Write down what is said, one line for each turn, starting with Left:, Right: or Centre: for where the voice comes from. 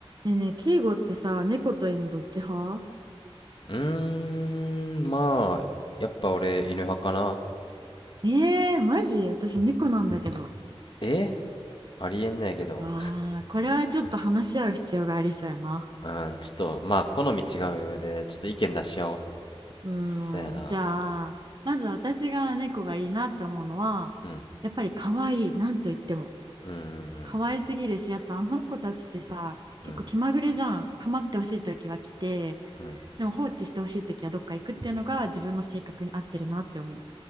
Right: ねえねえ、敬語ってさ、猫と犬どっち派
Left: うーん、まあ、やっぱ俺犬派かな。
Right: ええー、マジ私猫なんだけど。
Left: えありえんねやけど。
Right: わあ、これはちょっと話し合う必要がありそうやな。
Left: うん、ちょっと、まあ、好み違うで、ちょっと意見出し合おう。
Right: うーん、
Left: そやな。
Right: じゃあ、まず私が猫がいいなって思うのは、
Left: うん、
Right: やっぱり可愛い、なんと言っても。
Left: うん、
Right: 可愛すぎるし、あとあの子たちってさ、結構気まぐれじゃん。
Left: うん、うん、
Right: 構ってほしいときは来て、
Left: うん。
Right: でも放置してほしいときはどっか行くっていうのが自分の性格に合ってるなって思う。